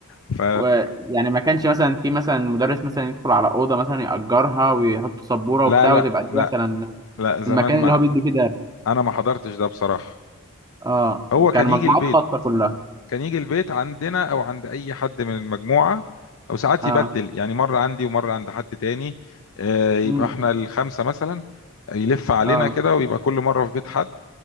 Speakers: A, on the left (about 65°); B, on the right (about 15°).
A: <laughs> ف
B: ويعني ما كانش مثلا في مثلا مدرس مثلا يدخل على أوضة مثلا يأجرها ويحط سبورة
A: لا
B: وبتاع
A: لا
B: وتبقى دي
A: لا
B: مثلا
A: لا زمان
B: المكان
A: ما
B: اللي هو بيدي فيه درس
A: أنا ما حضرتش ده بصراحة
B: اه
A: هو كان
B: كان
A: يجي
B: مجموعات
A: البيت
B: خاصة كلها
A: كان يجي البيت عندنا او عند اي حد من المجموعه او ساعات
B: اه
A: يبدل يعني مره عندي ومره عند حد تاني آه، يبقى
B: امم
A: احنا الخمسه مثلا يلف علينا
B: اه
A: كده ويبقى كل مره في بيت حد